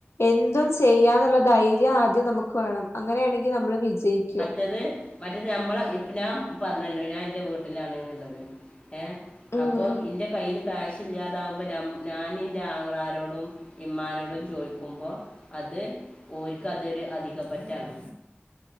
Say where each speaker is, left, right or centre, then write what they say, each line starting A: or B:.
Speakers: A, on the left; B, on the left.
A: എന്തും ചെയ്യാന്നുള്ള ധൈര്യം ആദ്യം നമുക്ക് വേണം അങ്ങനെയാണെങ്കി നമ്മള് വിജയിക്കും
B: ഏത് മറ്റേത് ഞമ്മളെ ഇപ്പ ഞാന് പറ്ഞ്ഞല്ലോ ഞാന് ഇന്റെ വീട്ടിലാണ് ന്ന്ള്ളത് ഏഹ്
A: ഉം
B: അപ്പോ
A: ഉം
B: ഇന്റെ കയ്യില് കാശ് കാശ് ഇല്ലാതാവുമ്പോ ഞാന് ന്റെ ആങ്ങളാരോടും ഇമ്മാനോടും ചോയ്ക്കുമ്പോ അത് ഓൽക്കതൊരു അധിക പറ്റാണ്